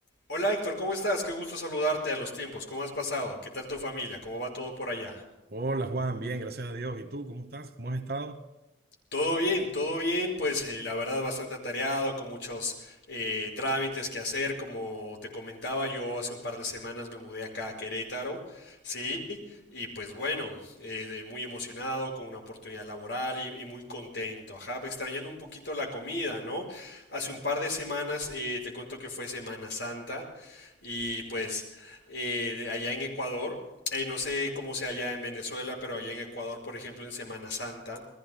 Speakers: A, on the left; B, on the right.
A: Hola Héctor, ¿cómo estás? Qué gusto saludarte a los tiempos. ¿Cómo has pasado? ¿Qué tal tu familia? ¿Cómo va todo por allá?
B: Hola Juan, bien, gracias a Dios. ¿Y tú cómo estás? ¿Cómo has estado?
A: Todo bien, todo bien, pues eh, la verdad bastante atareado, con muchos eh, trámites que hacer. Como te comentaba, yo hace un par de semanas me mudé acá a Querétaro, sí, y pues bueno, eh, muy emocionado con una oportunidad laboral y, y muy contento, ajá, extrañando un poquito la comida, ¿no? Hace un par de semanas eh, te cuento que fue Semana Santa y pues eh, de allá en Ecuador eh, no sé cómo sea allá en Venezuela, pero allá en Ecuador, por ejemplo, en Semana Santa,